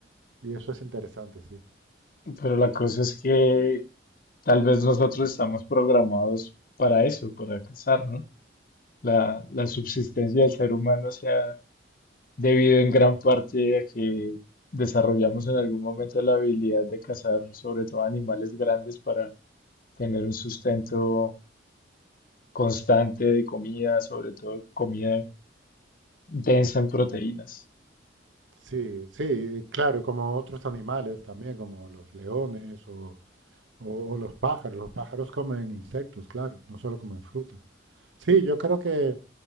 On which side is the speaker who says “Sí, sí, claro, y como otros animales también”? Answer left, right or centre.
Right